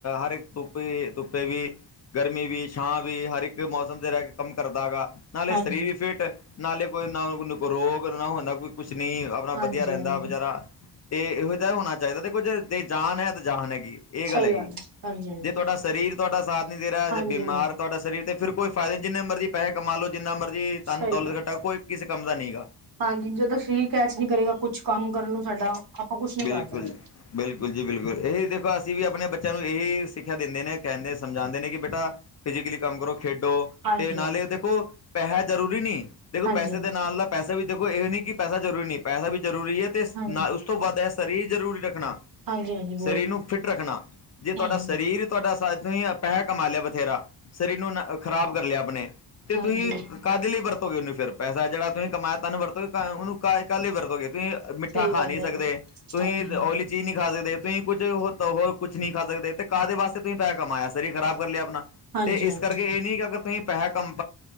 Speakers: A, on the left; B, on the right.
A: ਹਰ ਇੱਕ ਧੁੱਪ- ਧੁੱਪੇ ਵੀ ਗਰਮੀ ਵੀ ਛਾਂ ਵੀ ਹਰ ਇੱਕ ਮੌਸਮ ਤੇ ਰਹਿ ਕੇ ਕੰਮ ਕਰਦਾ ਹੈਗਾ। ਨਾਲੇ
B: ਹਾਂਜੀ
A: ਸਰੀਰ ਵੀ ਫਿੱਟ, ਨਾਲੇ ਕੋਈ ਨਾ ਰੋਗ ਨਾ ਹੁੰਦਾ ਕੋਈ ਕੁਛ ਨਈ। ਆਪਣਾ
B: ਹਾਂਜੀ
A: ਵਧੀਆ ਰਹਿੰਦਾ
B: ਹਾਂਜੀ
A: ਵਿਚਾਰਾ। ਤੇ ਇਹੋ ਜ ਤਾਂ ਹੋਣਾ ਚਾਹੀਦਾ ਤੇ ਕੁਝ ਦੇ ਜਾਨ ਹੈ ਤਾਂ ਜਾਨ ਹੈਗੀ। ਇਹ
B: ਸਹੀ
A: ਗੱਲ ਹੈਗੀ।
B: ਹੈ ਹਾਂਜੀ ਹਾਂਜੀ
A: ਜੇ ਤੁਹਾਡਾ ਸਰੀਰ ਤੁਹਾਡਾ ਸਾਥ ਨਈ ਦੇ ਰਿਹਾ
B: ਹਾਂਜੀ
A: ਜੇ ਬਿਮਾਰ ਤੁਹਾਡਾ ਸਰੀਰ ਫਿਰ ਕੋਈ ਫਾਇਦਾ ਜਿੰਨੇ ਮਰਜ਼ੀ ਪੈਸੇ ਕਮਾ ਲਓ ਜਿੰਨਾ ਮਰਜ਼ੀ ਤੁਹਾਨੂੰ
B: ਸਹੀ
A: ਦੌਲਤ
B: ਗੱਲ
A: ਖੱਟਾ ਕੋਈ ਕਿਸੇ ਕੰਮ ਦਾ ਨਈ ਹੈਗਾ।
B: ਹਾਂਜੀ। ਜਦੋਂ ਸਰੀਰ ਕੈਚ ਨੀ ਕਰੇਗਾ ਕੁਛ ਕੰਮ ਕਰਨ ਨੂੰ ਸਾਡਾ ਆਪਾਂ ਕੁਛ ਨੀ
A: ਬਿਲਕੁਲ
B: ਕਰ ਸਕਦੇ।
A: ਬਿਲਕੁਲ ਜੀ ਬਿਲਕੁਲ, ਇਹੀ ਦੇਖੋ ਅਸੀਂ ਵੀ ਆਪਣੇ ਬੱਚਿਆਂ ਨੂੰ ਇਹੀ ਸਿੱਖਿਆ ਦਿੰਦੇ ਨੇ ਕਹਿੰਦੇ ਸਮਝਾਉਂਦੇ ਨੇ ਕਿ ਬੇਟਾ ਫਿਜ਼ਕਲੀ ਕੰਮ ਕਰੋ, ਖੇਡੋ
B: ਹਾਂਜੀ
A: ਤੇ ਨਾਲੇ
B: ਹਾਂਜੀ
A: ਦੇਖੋ, ਪੈਸਾ ਜ਼ਰੂਰੀ ਨਈ, ਦੇਖੋ
B: ਹਾਂਜੀ
A: ਪੈਸੇ ਦੇ ਨਾਲ ਦਾ ਪੈਸਾ ਵੀ ਦੇਖੋ ਇਹ ਨਹੀਂ ਕਿ ਪੈਸਾ ਜ਼ਰੂਰੀ ਨਹੀਂ ਪੈਸਾ ਵੀ ਜ਼ਰੂਰੀ ਹੈ ਤੇ,
B: ਹਾਂਜੀ
A: ਨਾ ਉਸ ਤੋਂ ਵੱਧ ਹੈ ਸਰੀਰ ਜ਼ਰੂਰੀ ਰੱਖਣਾ।
B: ਹਾਂਜੀ ਹਾਂਜੀ ਬਹੁਤ
A: ਸਰੀਰ ਨੂੰ ਫਿੱਟ ਰੱਖਣਾ। ਜੇ ਤੁਹਾਡਾ
B: ਹਮ ਹਮ
A: ਸਰੀਰ ਸਰੀਰ ਤੁਹਾਡਾ ਸਾਥ ਨਿ ਹੈ। ਪੈਸਾ ਕਮਾ ਲਿਆ ਬਥੇਰਾ। ਸਰੀਰ ਨੂੰ ਖ਼ਰਾਬ ਕਰ ਲਿਆ ਆਪਣੇ, ਤੇ
B: ਹਾਂਜੀ
A: ਤੁਸੀਂ ਕਾਹਦੇ ਲਈ ਵਰਤੋਗੇ ਉਹਨੂੰ ਫਿਰ ਪੈਸਾ ਜਿਹੜਾ ਤੁਸੀਂ ਕਮਇਆ ਤੁਹਨੂੰਰਤੋ ਉਹਨੂੰ ਕੱਲੇ ਵਰਤੋਗੇ ਤੁਸੀਂ।
B: ਸਹੀ
A: ਮਿੱਠਾ ਖਾ
B: ਗੱਲ
A: ਨਹੀਂ
B: ਹੈ
A: ਸਕਦੇ।
B: ਜੀ
A: ਤੁਸੀਂ
B: ਹਾਂਜੀ
A: ਓਇਲੀ ਚੀਜ਼ ਨਹੀਂ ਖਾ ਸਕਦੇ ਤੁਸੀਂ ਕੁੱਝ ਹੋ ਹੋਰ ਕੁੱਛ ਨਹੀਂ ਖਾ ਸਕਦੇ ਤੇ ਕਾਹ ਦੇ ਵਾਸਤੇ ਤੁਸੀਂ ਪੈਸ ਕਮਾਇਆ ਸਰੀਰ ਖਰਾਬ ਕਰ ਲਿਆ ਆਪਣਾ।
B: ਹਾਂਜੀ
A: ਤੇ ਇਸ
B: ਹਾਂਜੀ
A: ਕਰਕੇ ਇਹ ਨੀ ਕਿ ਅਗਰ ਤੁਸੀਂ ਪੈਸਾ ਕੰਮ